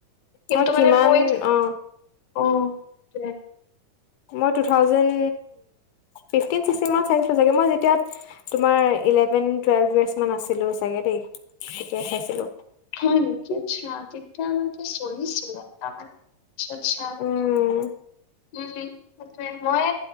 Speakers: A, on the left (about 60°); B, on the left (about 85°).
A: কিন্তু
B: মই কিমান
A: মানে কৈ থ
B: অ
A: অঁ সেইটোৱে
B: মই two thousand fifteen sixteen মানত চাইছিলো চাগে মই যেতিয়া, তোমাৰ ইলেভেন টুৱেলভ বেছ আছিলো চাগে দেই তেতিয়া চাইছিলোঁ।
A: হয় নেকি আচ্ছা কি চলিছিল তমাৰচত চাম
B: উম
A: উম সেইটোৱে মই